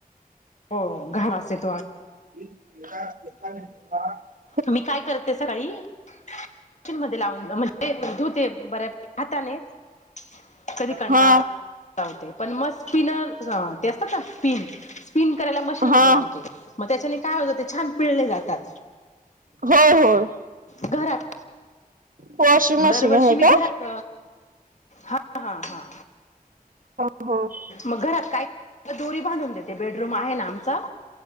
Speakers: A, on the left; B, on the right.
A: हो घाण वास येतो.
B: <inaudible>
A: मी काय करते सकाळी <unintelligible> मध्ये लावून म्हणजे धुते बऱ्या हातानेच कधी कंटाळा
B: हा
A: <unintelligible> लावते. <unintelligible> ते असत का? स्पिन. स्पिन करायला मशीनमध्ये
B: हा
A: लावते
B: हा
A: म त्याच्याने काय होत ते छान पिळले जातात.
B: होय होय.
A: घरात,
B: वॉशिंग मशीन
A: दरवर्षी
B: आहे
A: मी
B: का?
A: घरात हा हा हा
B: हा हा
A: मग घरात काय? दोरी बांधून देते, बेडरूम आहे ना आमचा.